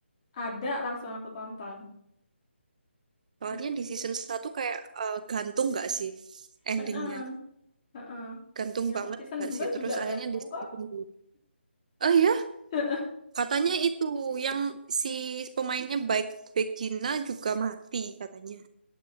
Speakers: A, on the left (about 30°); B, on the right (about 35°).
A: ada langsung aku tonton.
B: Soalnya
A: Gitu.
B: di season satu kayak eh, gantung nggak sih endingnya?
A: Heeh. Heeh.
B: Gantung
A: Yang
B: banget
A: season
B: nggak
A: 2
B: sih? Terus
A: juga
B: akhirnya
A: ganteng
B: di season
A: kok.
B: 2 Eh ya,
A: Heeh.
B: katanya itu yang si pemainnya baik baik Gina juga mati katanya.